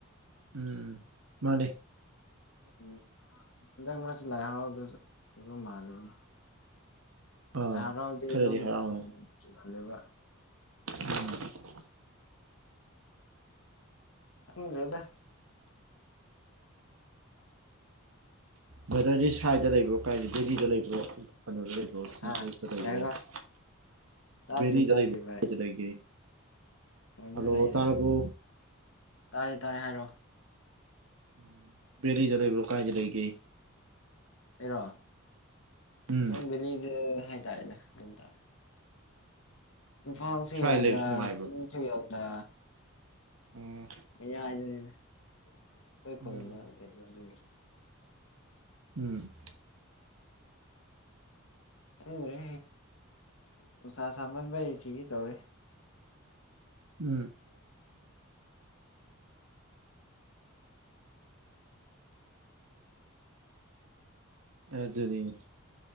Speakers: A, on the right; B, on the left.
A: ꯎꯝ ꯃꯥꯅꯦ
B: ꯎꯝ ꯍꯟꯗꯛ ꯃꯔꯛꯁꯤ ꯂꯥꯏ ꯍꯔꯥꯎꯗꯁꯨ ꯑꯗꯨꯝ ꯃꯥꯜꯂꯤꯅꯦ
A: ꯑꯥ
B: ꯂꯥꯏ ꯍꯔꯥꯎꯗꯤ
A: ꯈꯔꯗꯤ
B: ꯑꯗꯨꯝ
A: ꯍꯔꯥꯎꯔꯅꯤ
B: ꯆꯨꯒꯜ ꯂꯦꯕ
A: <inaudible>
B: ꯈꯪꯗ꯭ꯔꯦꯗ
A: ꯕ꯭ꯔꯗꯔꯗꯤ ꯁꯥꯏꯗ ꯂꯩꯕ꯭ꯔꯣ ꯀꯥꯏ ꯗꯦꯜꯂꯤꯗ ꯂꯩꯕ꯭ꯔꯣ ꯀꯩꯅꯣꯗ ꯂꯩꯕ꯭ꯔꯣ ꯁꯤ
B: ꯑꯥ
A: ꯍꯥꯁꯗ
B: ꯀꯩ
A: ꯂꯩꯕ꯭ꯔꯣ
B: ꯍꯥꯏꯕ ꯇꯥꯗ꯭ꯔꯤ
A: ꯕꯦꯗꯤ
B: ꯇꯥꯗ꯭ꯔꯤ
A: ꯗ ꯂꯩꯕ꯭ꯔꯣ
B: ꯚꯥꯏ
A: ꯀꯥꯏ ꯂꯩꯒꯦ
B: ꯑꯗꯨꯝ
A: ꯍꯂꯣ
B: ꯂꯩꯗ
A: ꯇꯔ꯭ꯕꯣ
B: ꯇꯥꯔꯦ ꯇꯥꯔꯦ ꯍꯥꯏꯔꯛꯑꯣ
A: ꯎꯝ ꯕꯦꯂꯤꯗ ꯂꯩꯕꯔ ꯀꯥꯏꯖ ꯂꯩꯒꯦ
B: ꯑꯩꯔꯣ
A: ꯎꯝ
B: ꯅꯪ ꯕꯦꯂꯤꯗ ꯍꯥꯏꯇꯥꯔꯦꯅꯦ ꯑꯗꯨꯝ ꯇꯥꯔꯦ ꯏꯝꯐꯥꯜꯁꯨ
A: ꯎꯝ ꯁ꯭ꯋꯥꯏ
B: ꯌꯧꯗ
A: ꯂꯩꯕꯁꯤ ꯅꯨꯡꯉꯥꯏꯕ꯭ꯔꯣ
B: ꯆꯤꯡ ꯁꯨ ꯌꯧꯗ
A: ꯎꯝ
B: ꯃꯌꯥꯏꯗꯅꯤꯗ ꯑꯩꯈꯣꯢ ꯈꯨꯜ
A: ꯎꯝ
B: ꯑꯃ ꯂꯩꯕ ꯑꯗꯨꯒꯤꯅꯤ
A: ꯎꯝ
B: ꯈꯪꯗ꯭ꯔꯦ ꯅꯨꯡꯁꯥ ꯁꯥꯃꯟꯕꯩ ꯁꯤꯒꯦ ꯇꯧꯔꯦ
A: ꯎꯝ
B: <inaudible>
A: ꯑꯗꯨꯅꯤꯅꯦ